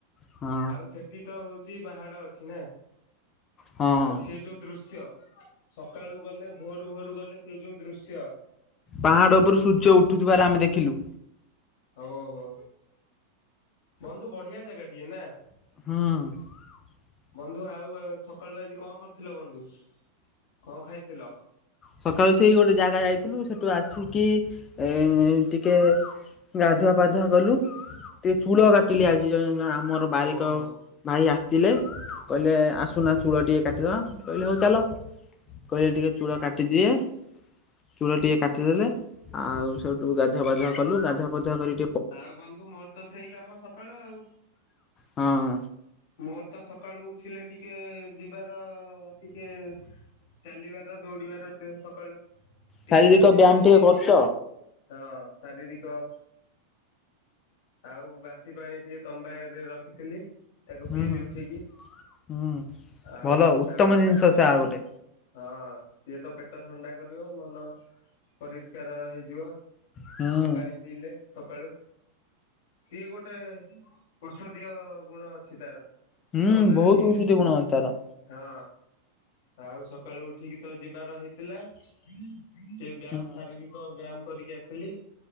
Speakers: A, on the left (about 25°); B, on the left (about 50°).
A: ହଁ
B: ଆଉ ସେଠି ତ ହଉଚି ପାହାଡ ଅଛି ନା।
A: ହଁ
B: ଆଉ ସେ ଯୋଉ ଦୃଶ୍ୟ ସକାଳୁ ଗଲେ ଭୋରୁ ଭୋରୁ ରୁ ଗଲେ ସେ ଯୋଉ ଦୃଶ୍ୟ।
A: ପାହାଡ଼ ଉପରୁ ସୂର୍ଯ୍ୟ ଉଠୁଥିବାର ଆମେ ଦେଖିଲୁ।
B: ଓହୋ ବନ୍ଧୁ ବଢିଆ ଜାଗାଟିଏ ନା।
A: ହୁଁ।
B: ବନ୍ଧୁ ଆଉ ସକାଳୁ ଆଜି କଣ କରିଥିଲ ବନ୍ଧୁ କଣ ଖାଇଥିଲ?
A: ସକାଳୁ ସେଇ ଗୋଟେ ଜାଗା ଯାଇଥିଲୁ ସେଠୁ ଆସିକି ଏଁ ଟିକେ ଗାଧୁଆ ପାାଧୁଆ କଲୁ ଟିକେ ଚୂଳ କାଟିଲି ଆଜି ଯାଇ ଆମ ଆମର ବାରିକ
B: ଓହୋ
A: ଭାଇ ଆସ ଥିଲେ କହିଲେ ଆସୁନା ଚୂଳ ଟିକେ କାଟିଦବା ମୁ କହିଲି ହଉ ଚାଲ କହିଲେ ଟିକେ ଚୂଳ କାଟି କାଟି ଦିଏ ଚୁଳ ଟିକେ କାଟିଦେଲେ ଆଉ ସେଉଠୁ ଗାଧୁଆ ପାଧୁଆ କଲୁ ଗାଧୁଆ ପାଧୁଆ କରିିକି
B: ଆଉ ବନ୍ଧୁ ମୋର ତ ସେଇ କାମ ସକାଳୁ ଆଉ।
A: ହଁ
B: ମୋର ତ ସକାଳୁ ଉଠିଲେ। ଟିକେ ଯିବାର ଟିକେ ଚାଲିବାର ଦୌଡିବାର ସକାଳୁ। ଟିକେ
A: ଶାରୀରିକ
B: ବାସି
A: ବ୍ୟାୟାମ
B: ପାଣି
A: ଟିକେ
B: ପିଇକି
A: କରୁଛ
B: ହଁ ଶାରୀରିକ। ଆଉ ବାସି ପାଣି ଟିକେ ତମ୍ବାରେ ଏବେ ରଖିଥିଲି। ତାକୁ
A: ହୁଁ।
B: ପିଇଲି ଉଠିକି
A: ହୁଁ
B: ଆଉ
A: ଭଲ ଉତ୍ତମ
B: ତାପରେ
A: ଜିନିଷ ସେ ଆ ଗୋଟେ
B: ହଁ ସିଏ ତ ପେ ପେଟ ଥଣ୍ଡା କରିବ ମନ ପରିଷ୍କାର ହେଇଯିବ।
A: ହୁଁ
B: ସେ ପାଣି ପିଇଲେ। ସକାଳୁ ସଏ ଗୋଟେ ଓଷଦୀୟ ଗୁଣ ଅଛି ତାର।
A: ହୁଁ
B: ତମ୍ବାରେ
A: ବହୁତ
B: ପିଇଲେ
A: ଔଷଧିୟ ଗୁଣ ଅଛି ତାର
B: ହଁ ଆଉ ସକାଳୁ ଉଠିକି ତ ଯିବାର ହେଇଥିଲା। ସେ ବ୍ୟାୟାମ
A: ହୁଁ
B: ଶାରୀରିକ ବ୍ୟାୟାମ କରିକି। କି ଆସିଲି।